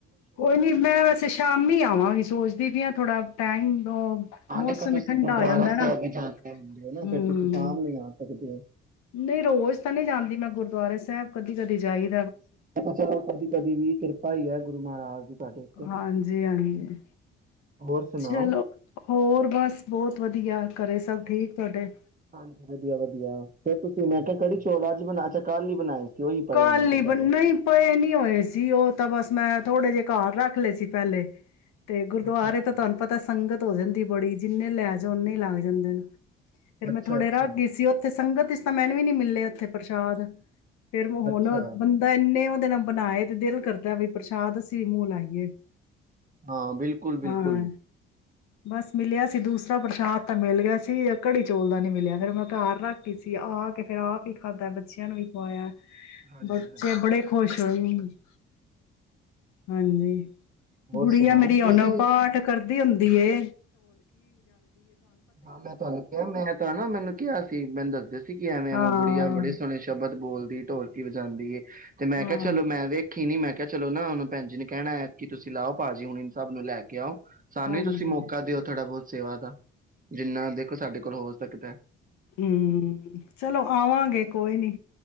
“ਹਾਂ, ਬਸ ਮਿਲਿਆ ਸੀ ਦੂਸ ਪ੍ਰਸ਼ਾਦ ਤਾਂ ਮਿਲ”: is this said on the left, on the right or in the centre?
Left